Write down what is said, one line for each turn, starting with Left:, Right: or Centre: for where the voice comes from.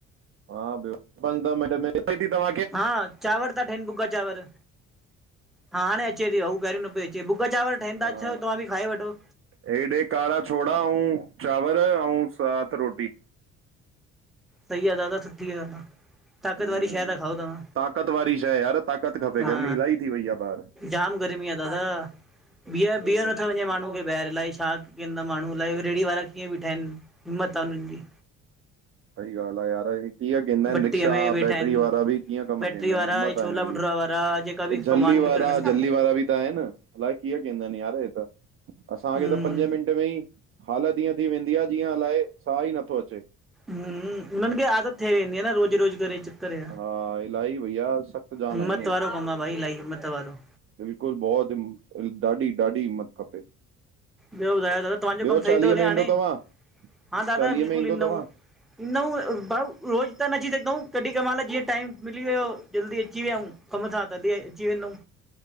Right: हा ॿियो, <inaudible> <unintelligible> हित थीीववा <unintelligible>
Centre: हा चांवर था ठहन, भुॻा चांवर। हा हाणे अचे ती, पहरयूं न पई अचे, भुॻॻा चांवर ठहनि था,
Right: हा
Centre: अच्चो तव्हां बि खाई वठो।
Right: हेॾे कारा छोड़ा अऊं चांवर अऊं साथ रोटी।
Centre: सही आ दादा, सुठी ॻाल आ। ताक़तवारी
Right: हम्म
Centre: शै ता खाओ त्हां,
Right: ताक़त वारी शइ यार ताक़त खपे
Centre: हा।
Right: गर्मी इलाही थी वई आहे ॿाहिर
Centre: जाम गर्मी आ दादा, बीह
Right: हम्म
Centre: बीह नथो वञे माण्हू खे ॿहिर अलाए छा कंदा माण्हू, अलाए रेड़ी वारा कीअं भीठा आहिन, हिम्मत आ उन्हनि जी।
Right: सइ ॻाल् आ यार कीअं कंदा आहिन
Centre: भट्टीअ
Right: रिक्शा
Centre: में वेठा
Right: बैटरी
Centre: आहिनि।
Right: वारा बि, कीअं कम
Centre: बैटरी
Right: कंदा
Centre: वारा
Right: आहिन, हिम्मत आ
Centre: छोला
Right: हिनन
Centre: भटूरा
Right: जी।
Centre: वारा जेका बि
Right: झल्ली
Centre: सामान विकिणनि
Right: वारा,
Centre: था।
Right: झल्ली वारा बि त आहिन। अलाए कीअं कंदा आहिन यार हे त, असांखे
Centre: हम्म
Right: त पंजे मिंट हालत ईअं थी वेंदी आ, जीअं अलाए साह ई नथो अचे।
Centre: उ हुननि खे आदत थिए वेंदी आ न, रोज़ु रोज़ करे करे,
Right: हा इलाही भैया सख़्तु जान
Centre: हिम्मत
Right: आहिनि
Centre: वारो कमु आ भाई, इलाही हिम्मत वारो।
Right: बिल्कुलु बहुत हि, ॾाढी- ॾाढी हिम्मत खपे।
Centre: ॿियो ॿुधायो दादा, तव्हांजो
Right: ॿियो
Centre: कमु सही
Right: चालीहे
Centre: थो हले
Right: में ईंदो
Centre: हाणे?
Right: तव्हां
Centre: हा दादा
Right: चालीहे
Centre: बिल्कुलु
Right: में ईंदो
Centre: ईंदऊं।
Right: तव्हां
Centre: ईंद भाऊ रोज़ त न अची सघंदूं, कॾहिं कहिं मइल जीअं टाइम मिली वियो जल्दी अची वियायूं। कमु था, तॾ अची वेंदोम,